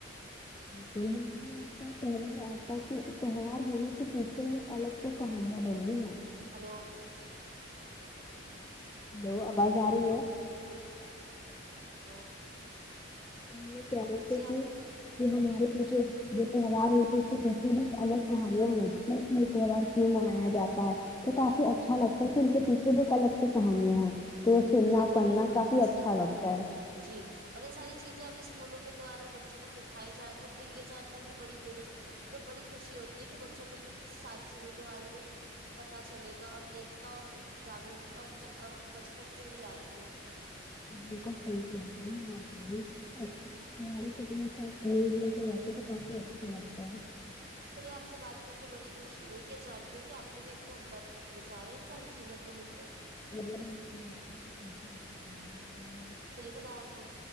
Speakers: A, on the left; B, on the right.
A: بالک ہمارے آج کل تہوار آ
B: ہلو
A: تہوار ہونے سے پیچھے ایک الگ سے کہانیاں بنلی ہیں
B: ہیلو
A: ہیلو آواز آ رہی ہے
B: ہیلو
A: تو تار تو
B: جی آپ
A: کہ کہ ہمارے پی جو جو تہوار ہوتے ہے اس کے پیچھے بھی المگ کہانیاں ہوتی ہیں کہ یہ تہوار کیوں منایا جاتا ہے تو کافی اچھا لگتا ہے کہ ان کے پیچھے بھی الگ سے کہانیاں ہیں تو سننا
B: جی یہ تو
A: پڑھنا
B: بلکل
A: کافی
B: درس
A: اچھا
B: فمیا
A: لگتا
B: آپ
A: ہے
B: جی اور یہ ساری چیزیں اھی اسکولوں کے دوارا بچوں کو سکھائی جای ہے ہمیں یہ جان کر بھی بڑی درست مطلب بڑی خوشی ہوتی ہے کہ بچوں کو ساری چیزوں کے بارے میں پتا چلے گا اور ایکتا اور جاگروکتا ان میں بچپن سے ہی آتی ہے
A: بلکل صحی فرمارہی ہے آپ ہ <unintelligible> لے کے جاتے تو کافی اچھا لگتا ہے
B: چلیے آپ سے بات کر کے بڑی خوشی ہوئی یہ جان کے کہ آپ کے بھی اتنی عمداد بچارے ان ساری چیزوں کو لے کے
A: <unintelligible>
B: چلیے خدا حافظ